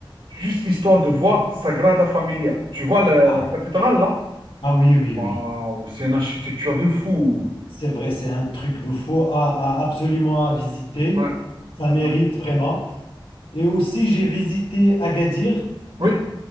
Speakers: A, on the right; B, on the left.
A: juste histoire de voir Sagrada Familia. Tu vois la,
B: ah,
A: la cathédrale là?
B: ah oui, oui,
A: Waouh,
B: oui,
A: c'est une architecture de fou.
B: c'est vrai, c'est un truc de fou à, à- absolument à visiter.
A: Ouais,
B: Ça mérite
A: ouais.
B: vraiment. Et aussi, j'ai visité Agadir.
A: Oui.